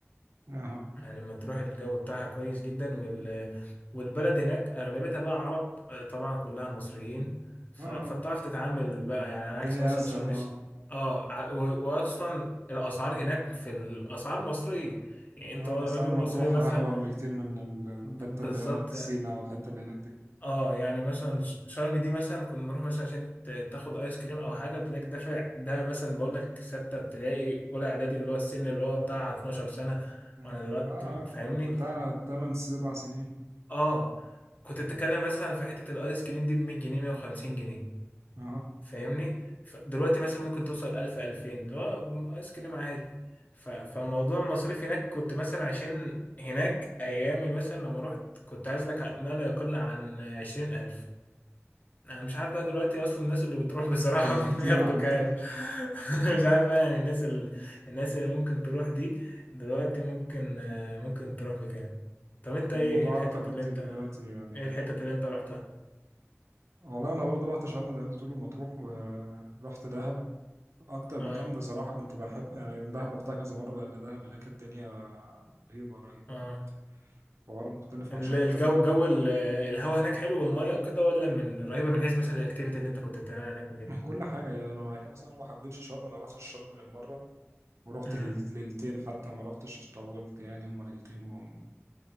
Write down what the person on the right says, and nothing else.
اهو اه
اه
الدنيا
اسهل
اه
اه
مرسى مطروح
أهون بكتير من الحتة
اللي هي سينا والحتة اللي هناك دي
مم.
اه اه
من بتاع تمن سبع سنين
اه
أكتر بكتير
عامة
الموضوع
أكتر بكتير
دلوقتي يعني
والله أنا برضو رحت شرم زي ما أنت بتقول ومطروح ورحت دهب أكتر
مكان بصراحة كنت بحب يعني من دهب رحتها كذا مرة لأن دهب هناك الدنيا رهيبة رهيبة
حوار مختلف عن
شرم
تماما
من كل حاجة يعني أنا يعني مثلا أنا ما حبيتش شرم أنا رحت شرم غير مرة ورحت
لل- ليلتين حتى ما رحتش طولت يعني هما ليلتين و...